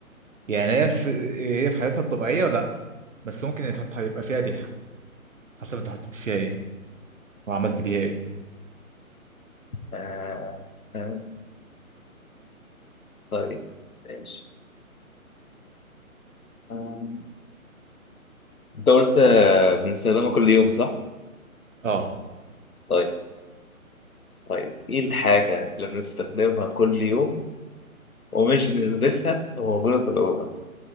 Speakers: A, on the right (about 60°); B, on the left (about 75°).
A: يعني هي في هي في حالتها الطبيعيه لا بس ممكن حت- هيبقى فيها ريحه حسب انت حطيت فيها ايه وعملت بيها ايه
B: آه، آه، طيب ماشي آه، أنت قلت آه، بنستخدمها كل يوم صح؟
A: اه
B: طيب طيب إيه الحاجة اللي بنستخدمها كل يوم ومش بنلبسها وموجودة في الأوضة؟